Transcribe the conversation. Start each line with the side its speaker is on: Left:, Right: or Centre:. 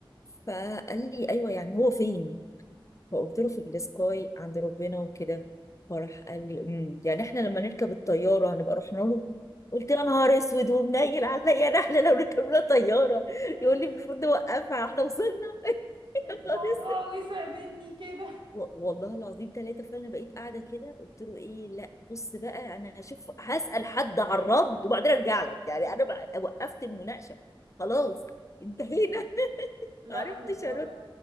Left: فقال لي ايوه يعني هو فين فقلت له في السكاي عند ربنا وكده فراح قال لي امم يعني احنا لما نركب الطياره هنبقى رحنا له قلت له يا نهار اسود ومنيل عليا ده احنا لو ركبنا طياره
Right: <laughs>
Left: يقول لي المفروض نوقفها احنا وصلنا <laughs> يا
Right: الموضوع
Left: نهار اسود
Right: وسع مني كده
Left: و- والله العظيم ثلاثه فانا بقيت قاعده كده قلت له ايه لا بص بقى انا هشوف هسال حد على الرد وبعدين ارجع لك يعني انا بقى- وقفت المناقشه خلاص انتهينا <laughs>
Right: لا
Left: ما عرفتش
Right: هو
Left: ارد